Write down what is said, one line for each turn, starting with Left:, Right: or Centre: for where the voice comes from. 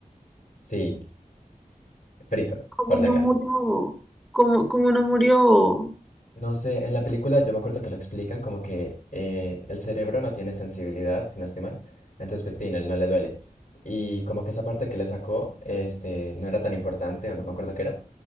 Left: sí, frito,
Centre: ¿Cómo
Left: por si
Centre: no
Left: acaso.
Centre: murió? ¿Cómo, cómo no murió?
Left: No sé, en la película yo me acuerdo que lo explican como que eh, el cerebro no tiene sensibilidad, si no estoy mal, entonces pues tin, a él no le duele. Y como que esa parte que le sacó, este, no era tan importante o no me acuerdo qué era,